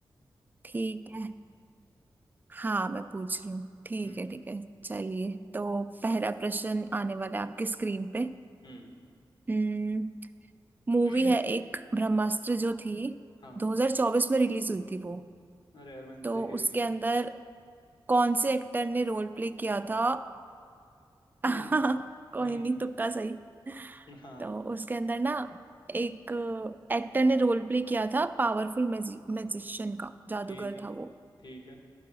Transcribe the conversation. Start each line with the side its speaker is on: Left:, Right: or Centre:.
Right: ठीक है हाँ मैं पूछ रही हूँ ठीक
Left: हम्म
Right: है ठीक है चलिए तो पहला प्रश्न आने वाला है आपकी स्क्रीन पे
Left: हम्म
Right: हम्म, मूवी
Left: <clears throat>
Right: है एक ब्रह्मास्त्र जो थी
Left: हाँ
Right: 2024 में रिलीज हुई थी वो
Left: अरे यार मैंने तो
Right: तो
Left: देखे भी
Right: उसके
Left: नहीं
Right: अंदर कौन से एक्टर ने रोल प्ले किया था <laughs>
Left: हम्म
Right: कोई
Left: हम्म
Right: नहीं तुक्का सही
Left: हाँ
Right: तो उसके अंदर ना एक एक्टर ने रोल प्ले किया था पावरफुल मैजिशियन का जादूगर
Left: ठीक है
Right: था वो
Left: ठीक है